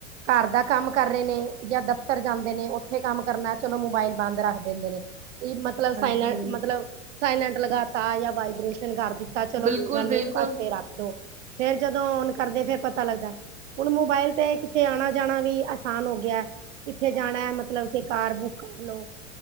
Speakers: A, on the right; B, on the right.
A: ਘਰ ਦਾ ਕੰਮ ਕਰ ਰਹੇ ਨੇ ਜਾਂ ਦਫ਼ਤਰ ਜਾਂਦੇ ਨੇ ਉੱਥੇ ਕੰਮ ਕਰਨਾ, ਚਲੋ ਮੋਬਾਇਲ ਬੰਦ ਰੱਖ ਦਿੰਦੇ ਨੇ ਮਤਲਬ
B: ਹਾਂਜੀ
A: ਸਾਇਲੈਂ ਮਤਲਬ ਸਾਇਲੈਂਟ ਲਗਾਤਾ ਜਾਂ ਵਾਈਬ੍ਰੇਸ਼ਨ ਕਰ ਦਿੱਤਾ, ਚਲੋ
B: ਬਿਲਕੁਲ
A: ਕੋਈ ਗੱਲ
B: ਬਿਲਕੁਲ
A: ਨੀ। ਪਾਸੇ ਰੱਖ ਦੋ, ਫੇਰ ਜਦੋਂ ਔਨ ਕਰਦੇ ਫੇਰ ਪਤਾ ਲੱਗਦਾ। ਹੁਣ ਮੋਬਾਇਲ ਤੇ ਕਿਤੇ ਆਣਾ-ਜਾਣਾ ਵੀ ਆਸਾਨ ਹੋ ਗਿਆ। ਕਿੱਥੇ ਜਾਣਾ ਮਤਲਬ ਕੇ ਕਾਰ ਬੁੱਕ ਕਰਲੋ।